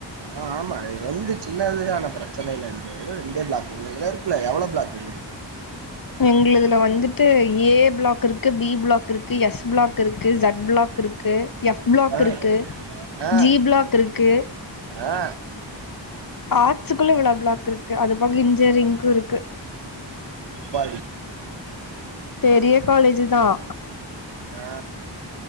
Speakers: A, on the right; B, on the left.
A: ஆஹ் ஆமா அது வந்து சின்னதுான பிரச்சனை இல்ல இரு ஏதோ ரெண்டே பிளாக் உ இருக்குல்ல எவ்வளவு பிளாக் உ
B: எங்க இதுல வந்துட்டு ஏ பிளாக் இருக்கு இருக்கு பி பிளாக் இருக்குது எஸ் பிளாக் இருக்குது ஜட் பிளாக் இருக்குது எஃப் பிளாக்
A: ஆ
B: இருக்கு
A: ஆ
B: ஜி பிளாக் இருக்கு
A: ஆ
B: ஆத் க்குள்ள விழா பிளாக் இருக்கு அது பக இன்ஜியரிங்கும் இருக்கு
A: ப
B: பெரிய காலேஜ் தான்
A: ஆ